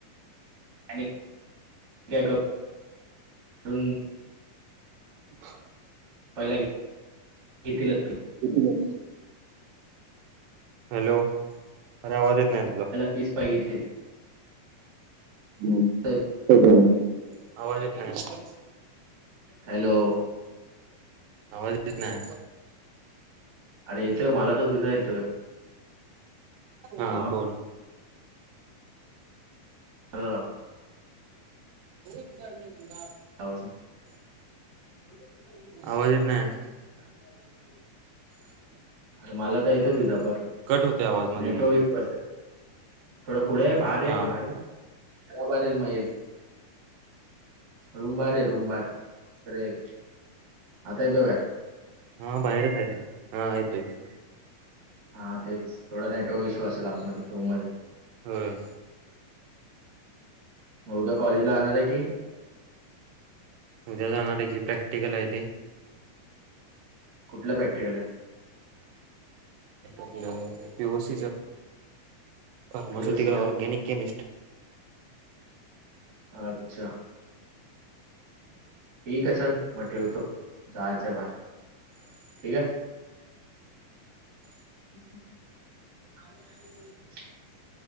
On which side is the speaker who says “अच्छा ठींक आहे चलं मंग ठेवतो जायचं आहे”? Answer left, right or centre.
Right